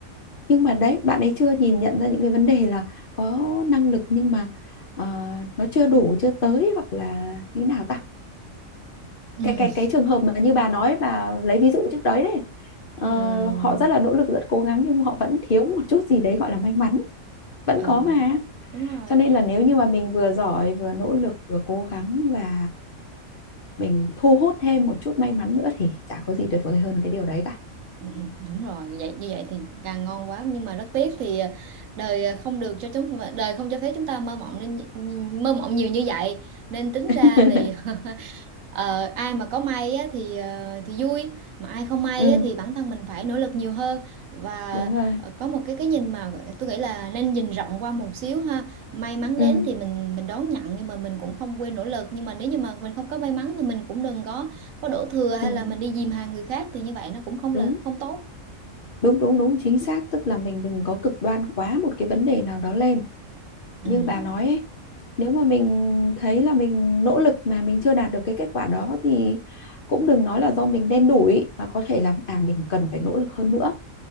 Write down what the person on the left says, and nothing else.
nhưng mà đấy bạn ấy chưa nhìn nhận ra những cái vấn đề là có năng lực nhưng mà ờ, nó chưa đủ chưa tới hoặc là như thế nào ta
cái cái cái trường hợp mà như bà nói bà lấy ví dụ trước đấy đấy ờ,
họ rất là nỗ lực rất cố gắng nhưng họ vẫn thiếu một chút gì đấy gọi là may mắn vẫn
có mà
cho nên là nếu như mà mình vừa giỏi vừa nỗ lực vừa cố gắng và mình thu hút thêm một chút may mắn nữa thì chả có gì tuyệt vời hơn cái điều đấy cả
<laughs>
ừ
đúng rồi
ừ
đừng
đúng
đúng đúng đúng chính xác tức là mình đừng có cực đoan quá một cái vấn đề nào đó lên
như bà nói ấy, nếu mà mình thấy là mình nỗ lực mà mình chưa đạt được cái kết quả đó thì cũng đừng nói là do mình đen đủi mà có thể là à mình cần phải nỗ lực hơn nữa